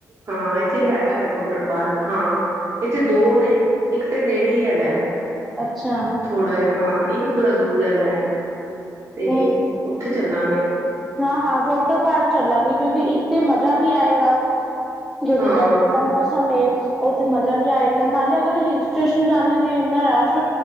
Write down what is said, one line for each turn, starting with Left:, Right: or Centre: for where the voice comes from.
Right: ਹਾਂ ਇੱਥੇ ਹੈਗਾ ਏ ਵੋਟਰ ਪਾਰਕ ਹਾਂ ਇੱਥੇ ਦੋ ਨੇ ਇੱਕ ਤੇ ਨੇੜੇ ਹੀ ਹੈਗਾ
Centre: ਅੱਛਾ।
Right: ਥੋੜਾ ਜਿਹਾ ਹਾਂ ਇੱਕ ਥੋੜਾ ਦੂਰ ਹੈਗਾ ਐ ਤੇ
Centre: ਹੂੰ
Right: ਉੱਥੇ ਚੱਲਾਂਗੇ
Centre: ਹਾਂ-ਹਾਂ ਵੋਟਰ ਪਾਰਕ ਚੱਲਾਂਗੇ ਕਿਉਂਕਿ ਇੱਥੇ ਮਜ਼ਾ ਵੀ ਆਏਗਾ ਕਿਉਂਕਿ
Right: ਹਾਂ
Centre: ਗਰਮੀ ਦਾ ਮੌਸਮ ਏ ਉੱਥੇ ਮਜ਼ਾ ਵੀ ਆਏਗਾ ਨਾਲੇ ਅਗਰ ਹਿਲ ਸਟੇਨ ਜਾਂਦੇ ਆ ਤੇ ਇਨਾ ਰਸ਼,